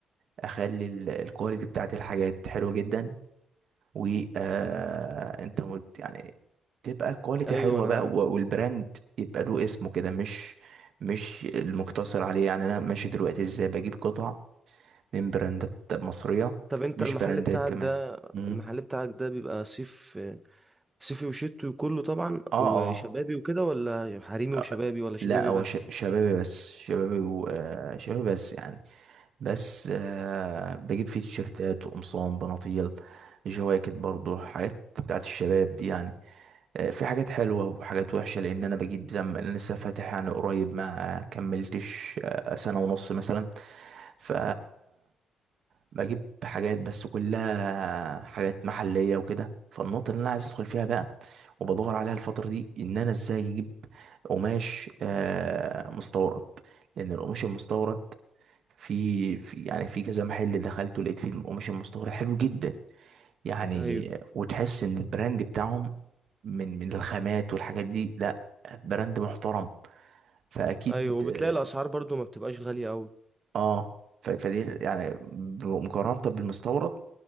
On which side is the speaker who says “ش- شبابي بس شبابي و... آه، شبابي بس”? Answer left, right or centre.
Right